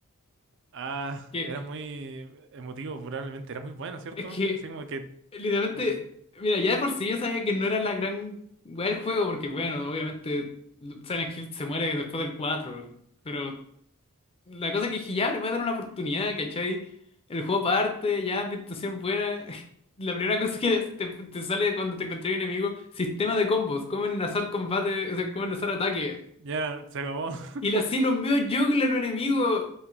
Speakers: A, on the right (about 55°); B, on the left (about 25°).
A: Ah,
B: que
A: era muy emotivo probablemente, era muy bueno, ¿cierto?
B: es que...
A: Así como que
B: Literalmente,
A: no pu-
B: mira, ya de por sí yo sabía que no era la gran weá del juego, porque bueno, obviamente Silent Hill se muere después del cuatro pero la cosa que dije, ya, le voy a dar una oportunidad, ¿cachai? El juego parte, ya, ambientación buena. <laughs> La primera cosa que te, te sale cuando te encontré un enemigo, sistema de combos, cómo enlazar combate, o sea, cómo enlazar ataque.
A: ya se acabó. <laughs>
B: Y le así los míos juggles a los enemigos.